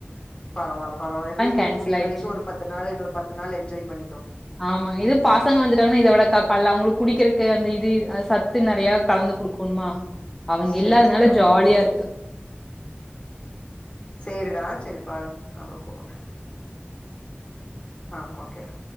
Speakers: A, on the left; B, in the centre.
A: பரவால்ல பரவால இப்டியே லீவ்
B: கேன்சல்
A: முடிய
B: ஆயிடுச்சு
A: வரைக்கும் ஒரு பத்து நாள் இன்னொரு பத்து நாள் என்ஜாய் பண்ணிக்கோ
B: ஆமா இது பசங்க வந்துட்டாங்கனா இதவளக்கா
A: ம்
B: கால அவங்ளுக்கு குடிக்கிறக்கு
A: சே
B: அந்த இது சத் த்து நெறைய கலந்து குடுக்குணுமா அவ்ங்க
A: சேரிடா
B: இல்லாதனால ஜாலியா
A: ம்
B: இருக்கு
A: சேரிடா சேரி பாரு நா அப்பறம் கூப்புறேன் ஆன் ஓகே டா